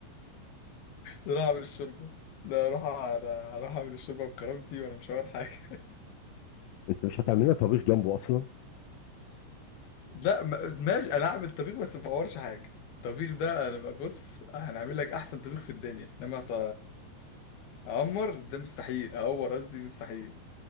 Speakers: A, on the left; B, on the left.
A: نروح اعمل الشوربه لا اروح انا هروح اعمل الشوربه بكرامتي وانا مش هور حاجه <laughs>
B: انت مش هتعمل لنا طبيخ جنبه اصلا
A: لا ما- ماشي انا هعمل طبيخ بس ما اورش حاجه الطبيخ ده انا بقى- بص هنعمل لك احسن طبيخ في الدنيا انما ط- اعمر ده مستحيل اعور قصدي مستحيل